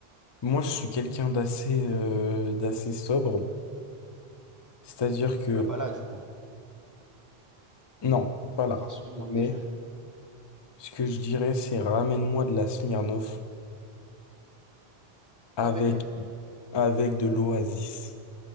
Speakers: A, on the left; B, on the right.
A: Moi, je suis quelqu'un d'assez euh, d'assez sobre, c'est-à-dire que
B: Bah, pas là, du coup.
A: Non, pas là.
B: À part si tu demandes
A: Mais
B: des jus.
A: ce que je dirais, c'est ramène-moi de la Smirnoff avec,
B: Pas Belvé.
A: avec de l'Oasis.